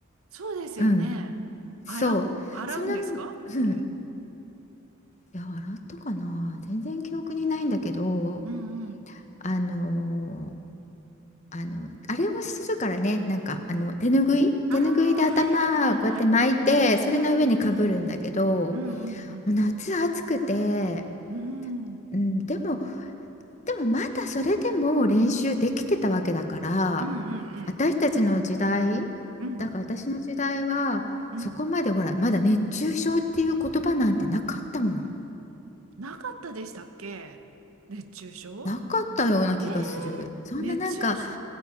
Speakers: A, on the right; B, on the left.
A: そうですよね。
B: うん。そう。
A: 洗う、洗うんですかあれ。
B: その、うん。いや、洗ったかな。全然記憶にないんだけど、
A: うんうん。
B: あのーあの、あれをするからね。なんか、あの、手ぬぐい手ぬぐいで頭、
A: ああ、はいはいはいはい。
B: こうやって巻いて、それの上にかぶるんだけど、
A: うんうんうん。うんうんうん。
B: もう夏暑くて、
A: うん
B: うん、でも、でもまだそれでも練習できてたわけだから
A: うんうんうん。
B: 私たちの時代だから私の時代はそこまでほらまだ熱中症っていう言葉なんてなかったもん
A: うんうんなかったでしたっけ熱中症
B: なかったような気がするそんななんかわ
A: えー、熱中し、